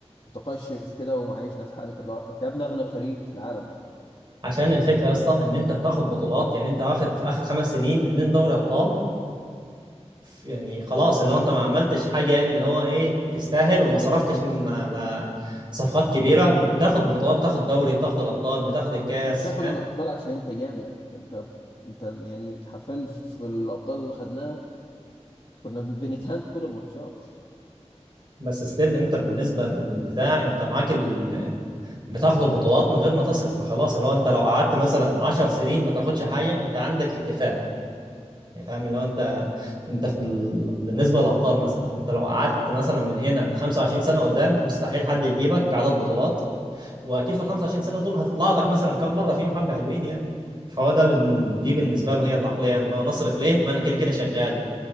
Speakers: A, on the left; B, on the right.
A: متقشف كده ومعيشنا في حاله الوقت انت يا ابني اغنى فريق في العالم
B: عشان الفكرة يا اسطى ان انت بتاخد بطولات يعني انت واخد في آخر خمس سنين اتنين دوري أبطال ف- يعني خلاص اللي هو انت ما عملتش حاجه يعني اللي هو ايه تستاهل وما صرفتش ن- على صفقات كبيره وبتاخد بطولات بتاخد دوري بتاخد الابطال بتاخد الكاس
A: انت مش بتاخد
B: فاهم
A: الابطال عشان انت جامد انت انت يعني حرفيا في الابطال اللي خدناها كنا بنتهان كل الماتشات
B: بس ستيل انت بالنسبه للبتاع انت معاك ال... بتاخد البطولات من غير ما تصرف فخلاص اللي هو انت لو قعدت مثلا 10 سنين ما تاخدش حاجه انت عندك اكتفاء يعني فاهم اللي هو انت انت في ال... بالنسبه للابطال مثلا انت لو قعدت مثلا من هنا ل 25 سنه قدام مستحيل حد يجيبك عدد بطولات واكيد في ال 25 سنه دول هتطلع لك مثلا كام مره فيهم حبه حلوين يعني فهو ده بن- دي بالنسبه له هي العقليه يعني ان هو نصرف ليه ما انا كده كده شغال